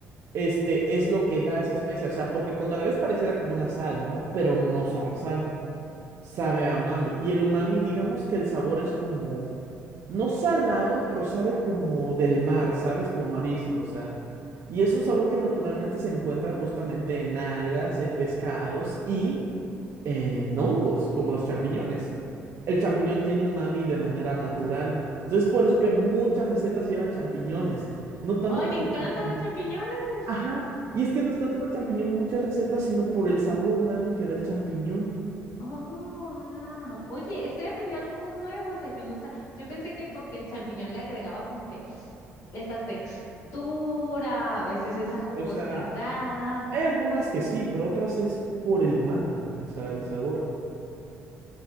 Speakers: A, on the right; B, on the left.
A: este, es lo que da esa especia. O sea, porque cuando a la ves pareciera como una sal, ¿no? Pero no sabe a sal, sabe a umami. Y el umami, digamos que el sabor es como No salado, pero sabe como del mar, ¿sabes? Como marisco, o sea. Y es un sabor que naturalmente se encuentra justamente en algas, en pescados y en hongos, como los champiñones. El champiñón tiene umami de manera natural. Entonces, por eso que muchas recetas llevan champiñones. No tanto
B: Ay, me
A: por
B: encantan
A: champiñón.
B: los champiñones.
A: Ajá. Y es que no es tanto por champiñón muchas recetas, sino por el sabor umami que da el champiñón.
B: Oh, ah. Oye, estoy aprendiendo algo nuevo. O sea, yo no sé. Yo pensé que porque el champiñón le agregaba como que esa textura, a veces esa jugosidad.
A: O sea, hay algunas que sí, pero otras es por el umami, o sea, el sabor.